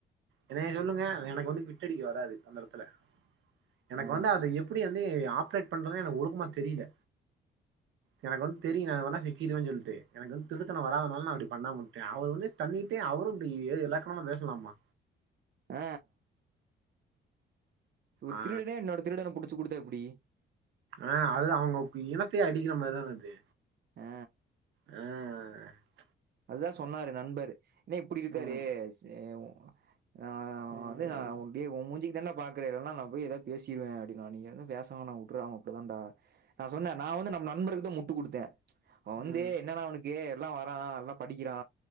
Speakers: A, on the right; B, on the right.
A: என்னைய சொல்லுங்க எனக்கு வந்து பிட்டடிக்க வராது அந்த எடத்துல எனக்கு
B: ஆ
A: வந்து அதை எப்படி வந்து ஆப்ரேட் பண்றது எனக்கு ஒழுக்கமா தெரியல எனக்கு வந்து தெரியு நா இத பண்ணா சிக்கிடுவே சொல்ட்டு எனக்கு வந்து திருட்டுதன வராதனால நா அப்டி பண்ணாம உட்டே அவர் வந்து தண்ணிட்டே அவரு இப்டி எலக்கணமா பேசலாமா
B: ஆ ஒரு
A: ஆ
B: திருடனே இன்னோரு திருடன புடிச்சு குடுத்தா எப்புடி
A: ஆ அதுல அவங்க இனத்தையே அடிக்கிற மாரிதான அது
B: ஆ
A: ம்
B: அதுதா சொன்னாரு நண்பரு ஏ இப்டி இருக்காரு
A: ம்
B: சேவூ நா
A: ம்
B: வந்து உன் டே உன் மூஞ்சிக்கு தாண்டா பாக்குற இல்லனா நா போய் ஏதா பேசிருவே அப்டின்னா நீங்க எது பேச வேணா உட்றா அவ அப்டிதான்டா நா சொன்ன நா வந்து நம்ம நண்பருக்குதா முட்டு குடுத்த அவ வந்து
A: ம்
B: என்னன்னா அவனுக்கு எல்லா வரா எல்லா படிக்கிறா